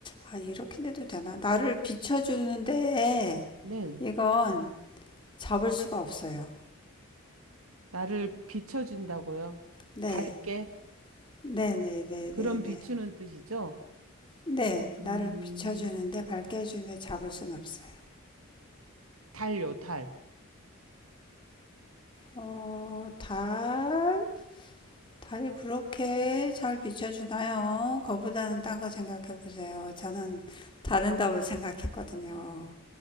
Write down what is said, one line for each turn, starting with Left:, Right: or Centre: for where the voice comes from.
Left: 아, 이렇게 내도 되나? 나를 비춰주는데
Right: 네.
Left: 이건 잡을 수가 없어요.
Right: 나를 비춰준다고요?
Left: 네,
Right: 밝게?
Left: 네, 네, 네,
Right: 그런
Left: 네, 네.
Right: 비추는 뜻이죠?
Left: 네,
Right: 음,
Left: 나를 비춰주는데 밝게 해주는데 잡을 순 없어요.
Right: 달요, 달.
Left: 어, 달? 달이 그렇게 잘 비춰주나요? 그거보다는 딴 거 생각해 보세요. 저는 다른 답을 생각했거든요.
Right: 어,